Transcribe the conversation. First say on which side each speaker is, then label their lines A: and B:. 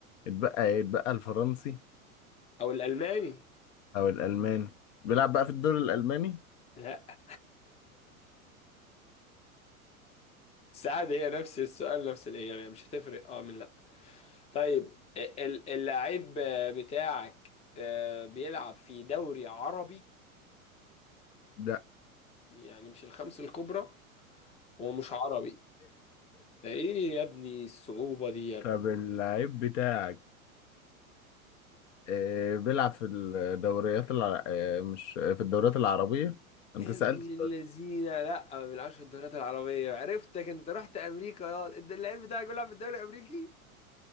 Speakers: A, on the left; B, on the left.
A: اتبقى ايه اتبقى الفرنسي
B: او الالماني
A: او الالماني بيلعب بقى في الدوري الالماني
B: لا <laughs> سعد هي نفس السؤال نفس الاجابه مش هتفرق اه من لا طيب ال- اللاعب بتاعك آه، بيلعب في دوري عربي
A: ده
B: يعني مش الخمس الكبرى ومش عربي ده ايه يا ابني الصعوبة دي يا ابني
A: طب اللعيب بتاعك آه، بيلعب في الدوريات الع... آه، مش في الدوريات العربية انت
B: يا
A: سألت
B: ابني
A: السؤال.
B: الذين لا ما بيلعبش في الدوريات العربية عرفتك انت رحت امريكا يا انت اللعيب بتاعك بيلعب في الدوري الامريكي